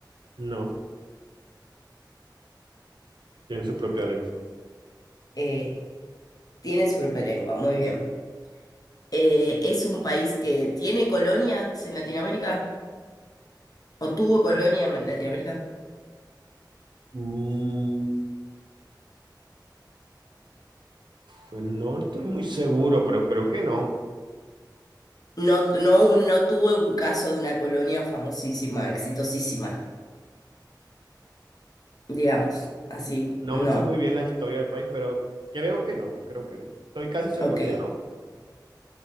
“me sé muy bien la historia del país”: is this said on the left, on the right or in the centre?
Right